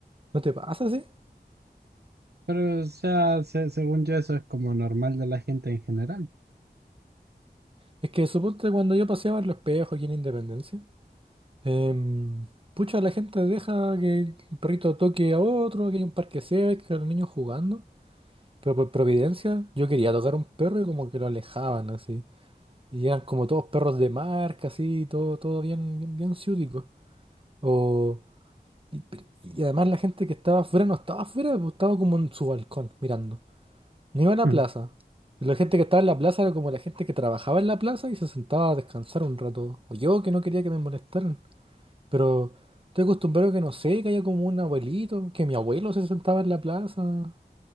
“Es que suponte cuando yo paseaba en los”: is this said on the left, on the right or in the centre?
Right